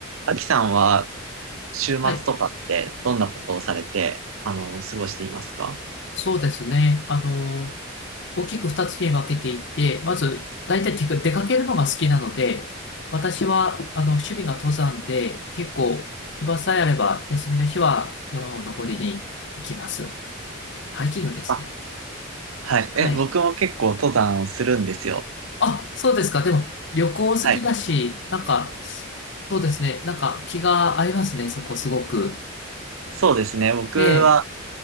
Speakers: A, on the right; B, on the left.
A: アキさんは週末とかってどんなことをされて、
B: はい、
A: あの、過ごしていますか
B: そうですね。あの、大きく二つに分けていて、まず、大体てか出かけるのが好きなので、私は、あの、趣味が登山で、結構、暇さえあれば、休みの日は山を登りに行きます。ハイキングですね。
A: あはい。
B: はい。
A: え、僕も結構登山するんですよ。
B: あ、そうですか。でも、旅行好きだし、
A: はい。
B: なんか、そうですね。なんか、気が合いますね。そこ、すごく。
A: そうですね。僕は、
B: ええ。